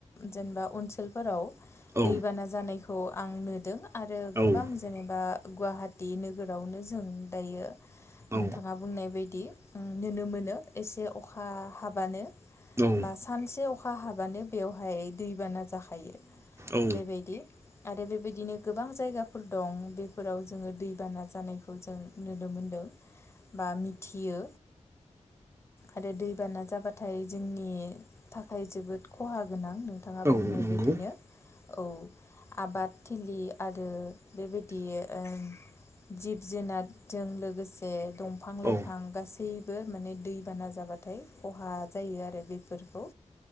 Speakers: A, on the left; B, on the right.
A: जेनेबा ओनसोलफोराव
B: औ
A: दैबाना जानाय खौ आं नुदों आरो गोबां
B: औ
A: जेनेबा गुवाहाटि नोगोरावनो जों दायो
B: औ
A: नोंथाङा बुंनाय बायदि नुनो मोनो एसे अखा हाबानो। बा
B: औ
A: सानसे अ अखा हाबानो बेवहाय दैबाना। जाखायो
B: औ
A: बेबायदि। आरो बेबायदिनो गोबां जायगा। फोर दं बेफोराव जोङो दैबाना जानाय। खौ जों नुनो मोनदों बा मिथियो। आरो दैबाना जाबाथाय जोंनि थाखाय जोबोद खहा गोनां। नोंथाङा
B: औ
A: बुंनाय
B: नंगौ
A: बायदिनो औ आबाद। थिलि आरो बेबायदि ओ जिब जुनारजों लोगोसे दंफां लाइफां
B: औ
A: गासै बो माने दै बाना जाबाथाय खहा जायो आरो। बेफोरखौ